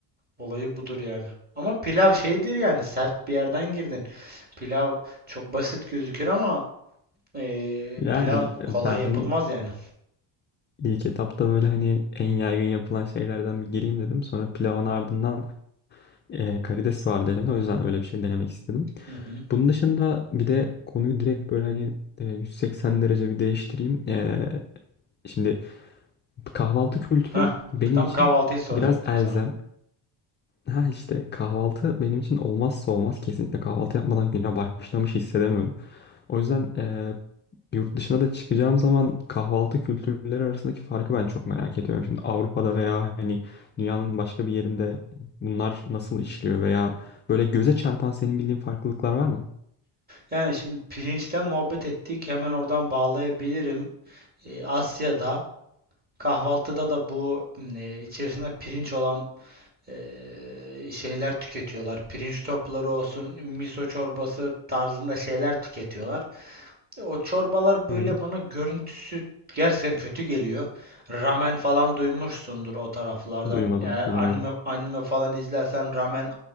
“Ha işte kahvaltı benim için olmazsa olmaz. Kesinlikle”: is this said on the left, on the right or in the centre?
Left